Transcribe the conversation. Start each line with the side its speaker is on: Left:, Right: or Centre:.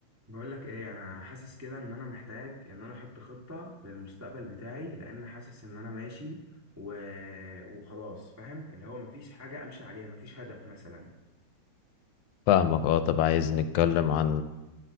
Right: بقول لك ايه انا حاسس كده ان انا محتاج ان انا احط خطة للمستقبل بتاعي لان حاسس ان انا ماشي و... وخلاص فاهم اللي هو مفيش حاجة امشي عليها مفيش هدف مثلا
Left: فاهمك اه طب عايز نتكلم عن